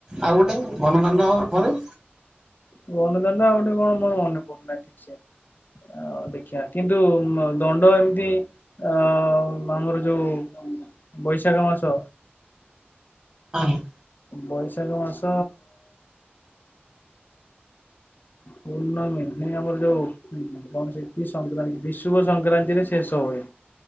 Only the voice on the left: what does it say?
ବନ ଦଣ୍ଡ ଆଉ ଗୋଟେ କଣ ମୋର ମନେ ପଡୁନାହିଁ ଠିକ ସେ। ଆ ଦେଖିବା କିନ୍ତୁ ଦଣ୍ଡ ଏମିତି ଅ ଆମର ଯୋଉ ବୈଶାଖ ମାସ
ବୈଶାଖ ମାସ ପୂର୍ଣ୍ଣମି ନାଇଁ ଆମର ଯୋଉ କଣ ସେ କି ସଂକ୍ରାନ୍ତି ବିଶୁଭ ସଂକ୍ରାନ୍ତିରେ ଶେଷ ହୁଏ।